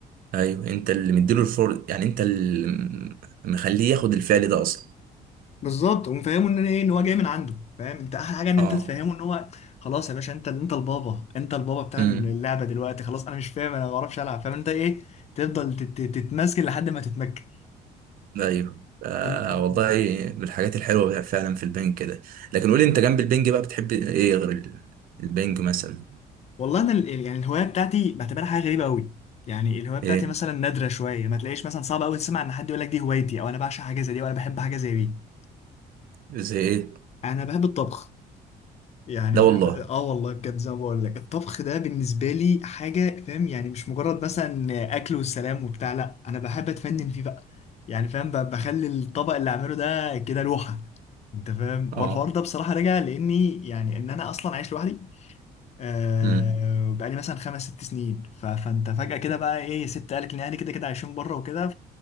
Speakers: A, on the right; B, on the left.
A: ايوه انت اللي مديله الفرصة يعني انت اللي مخليه ياخد الفعل ده اصلا
B: بالظبط ومفهمه ان انا ايه ان هو جاي من عنده فاهم انت احلى حاجه ان انت
A: اه
B: تفهمه ان هو خلاص يا باشا انت انت البابا انت البابا بتاع
A: امم
B: اللعبه دلوقتي خلاص انا مش فاهم انا ما بعرفش العب فاهم انت ايه تفضل تت- تتمسك لحد ما تتمكن
A: ايوه آه
B: ال-
A: والله من الحاجات الحلوه بقى فعلا في البنج كده لكن قولي انت جنب البنج بقى بتحب ايه غير ال- البنج مثلا
B: والله انا ال- يعني الهوايه بتاعتي بعتبرها حاجه غريبه قوي يعني الهوايه بتاعتي
A: ايه
B: مثلا نادره شويه ما تلاقيش مثلا صعب قوي تسمع ان حد يقول لك دي هوايتي او انا بعشق حاجه زي دي او انا بحب حاجه زي دي
A: زي ايه
B: انا بحب الطبخ يعني
A: لا
B: فاهم
A: والله
B: اه والله بجد زي ما بقول لك الطبخ ده بالنسبه لي حاجه فاهم يعني مش مجرد مثلا اكل والسلام وبتاع لا انا بحب اتفنن فيه بقى يعني فاهم ب- بخلي الطبق اللي اعمله ده كده لوحه انت فاهم هو
A: اه
B: الحوار ده بصراحه راجع لاني يعني ان انا اصلا عايش لوحدي آه
A: امم
B: بقالي مثلا خمس ست سنين ف... فانت فجاه كده بقى ايه سبت اهلك ان اهلي كده كده عايشين بره وكده